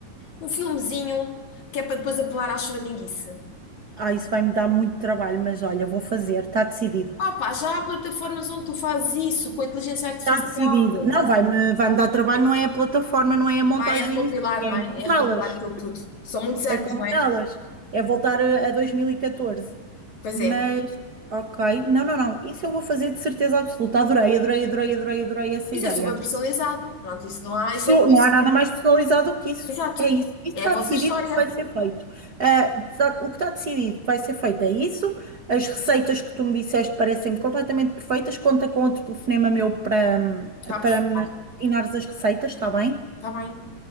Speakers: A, on the left; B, on the right.
A: um filmezinho que é para depois apelar à choraminguice.
B: ah, isso vai me dar muito trabalho, mas olha, vou fazer, está decidido.
A: Opa, já há plataformas onde tu fazes isso com a inteligência artificial.
B: Está decidido. Não, vai-me vai-me dar trabalho, não é a plataforma, não é a montagem
A: Ah, é recompilar,
B: em si, é
A: não
B: encontrá-las,
A: é? É recompilar aquilo tudo. São muitos anos,
B: é combiná-las,
A: não é?
B: é voltar a, a 2014.
A: Pois
B: Mas,
A: é.
B: ok, não, não, não, isso eu vou fazer de certeza absoluta. Adorei, adorei, adorei, adorei, adorei essa
A: Isso
B: ideia.
A: é super personalizado. Pronto, isso não há,
B: Sou-
A: isso é bolso.
B: não há nada mais personalizado do que isso.
A: Exato.
B: É isso. Isso
A: É
B: está
A: a vossa
B: decidido
A: história.
B: que vai ser feito. Ah, está- o que está decidido que vai ser feito é isso. As receitas que tu me disseste parecem-me completamente perfeitas. Conta com outro telefonema meu para,
A: Está a
B: para
A: perfurar.
B: me ensinares as receitas, está bem?
A: Está bem.